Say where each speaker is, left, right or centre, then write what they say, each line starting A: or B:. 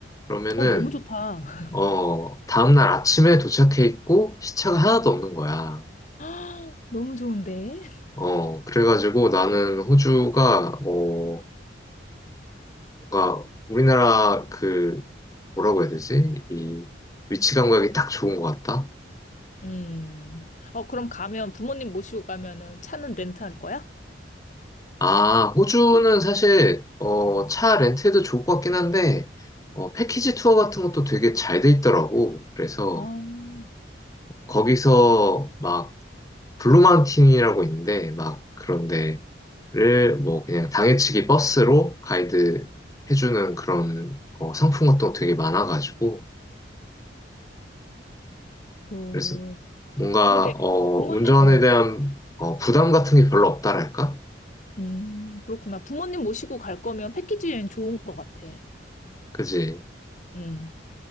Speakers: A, on the left; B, on the left.
A: 그러면은
B: 어, 너무 좋다. <gasps>
A: 어 다음날 아침에 도착해 있고 시차가 하나도 없는 거야.
B: <laughs> 너무 좋은데?
A: 어 그래가지고 나는 호주가 어 뭔가 우리나라 그 뭐라고 해야 되지? 이 위치 감각이 딱 좋은 것 같다.
B: 음, 어, 그럼 가면, 부모님 모시고 가면은 차는 렌트할 거야?
A: 아, 호주는 사실, 어, 차 렌트도 좋을 것 같긴 한데, 어, 패키지 투어 같은 것도 되게 잘 돼 있더라고. 그래서,
B: 아,
A: 거기서 막, 블루마운틴이라고 있는데, 막, 그런데, 를, 뭐, 그냥 당일치기 버스로 가이드 해주는 그런, 어, 상품 같은 거 되게 많아가지고,
B: 오.
A: 그래서 뭔가,
B: 근데
A: 어,
B: 부모님,
A: 운전에
B: 어,
A: 대한, 어, 부담 같은 게 별로 없다랄까?
B: 음, 그렇구나. 부모님 모시고 갈 거면 패키지 여행 좋은 것 같아.
A: 그지?
B: 음.